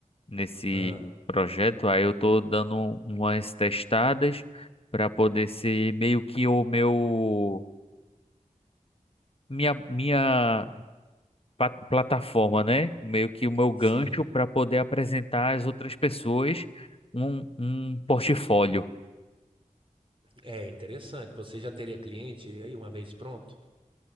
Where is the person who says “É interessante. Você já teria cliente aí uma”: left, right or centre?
Right